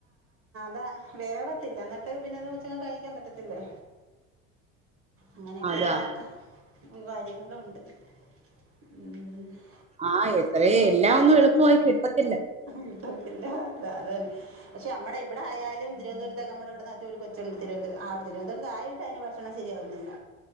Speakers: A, on the right; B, on the right.
A: ദ വേവത്തില്ല അന്നരത്തേക്ക് പിന്നെത് വെ കഴിക്കാൻ പറ്റത്തില്ലേ അങ്ങനെയൊക്കെയൊള്ളെ
B: അതാ
A: <unintelligible> ളുണ്ട് പി <unintelligible>
B: ആ എത്രേ എല്ലാം ഒന്നും എളുപ്പമായി കിട്ടത്തില്ല
A: കിട്ടത്തില്ല അ അതന്നെ പക്ഷെ നമ്മടെ ഇബ്ടെ ആയാലും തിരുവനന്തപുരത്തെക്കെ നമ്മടിവിടുന്ന് നാട്ടിന്ന് ഒരു കൊച്ചുണ്ട് തിരുവന്തപുര ആ തിരുവനന്തപുരത്ത് ആയിട്ടെന്നെ ഭക്ഷണം ശരിയാവുന്നില്ല